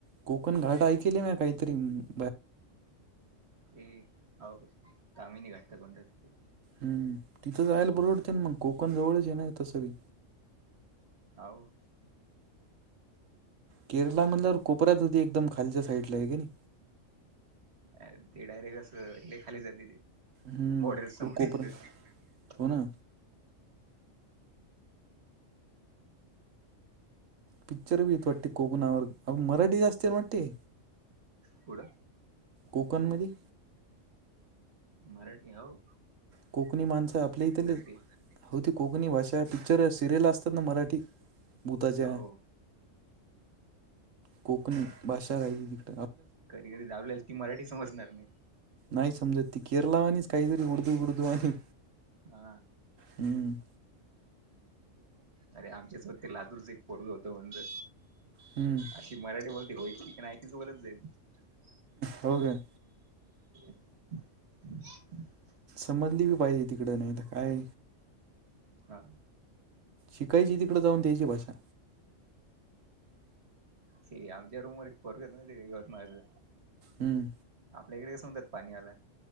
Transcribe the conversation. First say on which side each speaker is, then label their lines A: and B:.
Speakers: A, on the right (about 80°); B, on the right (about 55°).
A: कोकोण घाट ऐकेले म्या काइतरी. अं,
B: ते आव तामिनी घाट का कोणता तरी.
A: हं. तिथं जायला परवडते ना मग. कोकण जवळच आहे ना तसं बी.
B: हाव.
A: केरला म्हनल्यावर कोपऱ्यात येते एकदम खालच्या साईडला हाय का नही?
B: याल ते डायरेक्ट असं लई खाली जातेय ते.
A: हम्म
B: बॉर्डर
A: इकडं
B: संपती
A: कोपरा
B: तिथं.
A: हो ना पिक्चर बी ये फोर्टी कोकणावर आप मराठी जास्त मटे.
B: कुड?
A: कोकणमदी.
B: मराटी हाऊ.
A: कोकणी माणसं आपल्या इथली
B: ते
A: होती. कोकणी भाषा होती. तर सिरियल असतात ना मराठी, भूताच्या
B: हो
A: कोकणी भाषा राहीली नही.
B: कदि कदि त आपल्याले ती मराठी समजणार नई.
A: नाइ समजत. ती केरला वानिच काइतरी उडदू बिडदु वाणी
B: हा
A: हं.
B: अरे आमच्याच होतं ते लातूरच एक पोरग होत. म्हणलं
A: हम्म
B: अशी मराठी बोलते होयची. <unintelligible>
A: हो काय
B: <inaudible>
A: समजली बी पाहिजे तिकड नाही तर काय
B: हा
A: शिकायची तिकडं जाऊन त्याची भाषा
B: श आमच्या रूमवरर पररकत नाही का यवतमाळचं
A: हम्म
B: आपल्या इकडे कस मनतात पाणी आलं